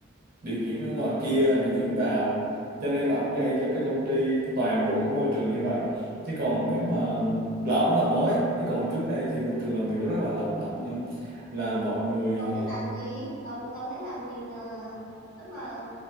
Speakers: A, on the right; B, on the left.
A: điều chuyển ở ngoài kia điều chuyển vào cho nên là ông gây cho cái công ty toàn bộ cái môi trường như vậy chứ còn nếu mà là ổng là mới chứ còn trước đây thì môi trường làm việc rất là lành mạnh nha là mọi người
B: ông
A: ờ,
B: ấy làm gì ông ông ấy làm gì mà tức là